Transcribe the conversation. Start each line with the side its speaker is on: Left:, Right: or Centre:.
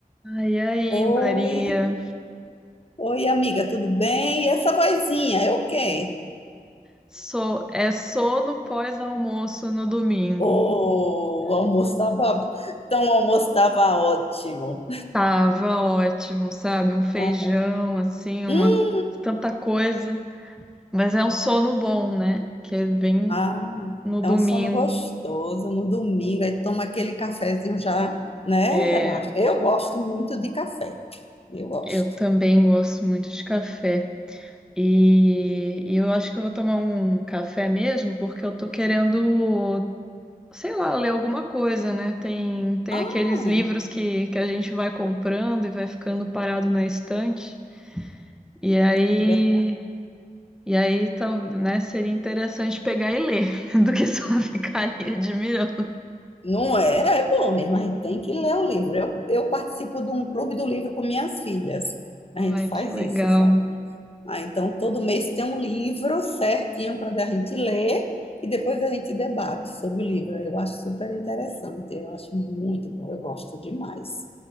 Centre: Ai, aí,
Left: Oi,
Centre: Maria.
Left: oi amiga, tudo bem? E essa vozinha é o quê?
Centre: So, é sono pós-almoço no domingo.
Left: Oh, o almoço estava, então o almoço estava ótimo.
Centre: Tava ótimo, sabe? Um feijão,
Left: Ah,
Centre: assim, uma
Left: hum,
Centre: tanta coisa. Mas é um sono bom, né? Que vem
Left: ai,
Centre: no
Left: é
Centre: domingo.
Left: um sono gostoso no domingo, aí toma aquele cafezinho já, né?
Centre: É,
Left: Relaxa. Eu gosto muito de café, eu gosto.
Centre: eu também gosto muito de café. E, e eu acho que eu vou tomar um café mesmo, porque eu tô querendo sei lá, ler alguma coisa, né? Tem, tem
Left: Ah,
Centre: aqueles livros que, que a gente vai comprando e vai ficando parado na estante. E aí,
Left: é ver-
Centre: e aí tal, né, seria interessante pegar e ler, <laughs> do que só ficar ali admirando.
Left: não é, é bom mesmo, a gente tem que ler o livro. Eu, eu participo de um clube do livro com minhas filhas. A
Centre: Ai,
Left: gente faz
Centre: que legal.
Left: isso, sabe? Ah, então, todo mês tem um livro certinho para a gente ler e depois a gente debate sobre o livro. Eu acho super interessante, eu acho muito bom, eu gosto demais.